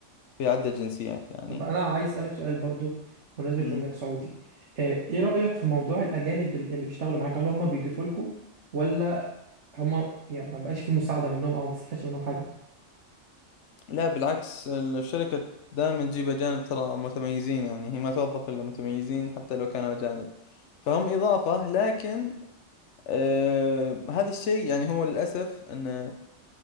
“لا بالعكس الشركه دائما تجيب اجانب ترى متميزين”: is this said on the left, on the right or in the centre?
Left